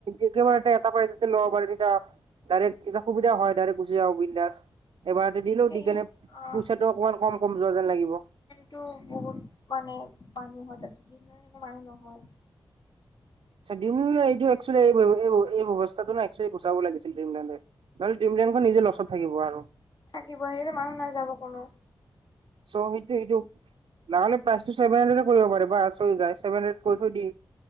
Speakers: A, on the right; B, on the left.
A: একেবাৰতে এটা পৰাই যদি ল'ব পাৰোঁ তেতিয়া ডাইৰেক্ট এইবিলাক সুবিধা হয়, ডাইৰেক্ট গুচি আহোঁ বিন্দাছ। এবাৰতে দিলো
B: সেই
A: দি কেনে
B: অ'
A: পইচাটো অকমান কম কম যোৱা যেন লাগিব।
B: টো বহুত মানে মানুহ হয় তাতো যকুৱা মানুহ নহয়।
A: <unintelligible> এইটো অক্সুয়েলি এৰি পৰিব এই এই এই ব্যৱস্থাটো না গুচাব লাগছিল ড্ৰিমলেন্দে। <unintelligible> নিজে লচত থাকিব আৰু।
B: থাকিব সেইতে মানুহ নাই যাব কোনো।
A: চ' সেইটো সেইটো। নহ'লে প্ৰাইছটো টোভন হাড্ৰেড কৰিব পাৰে বাছ হৈ যাই চেভেন হাড্ৰড কৰি থৈ দি।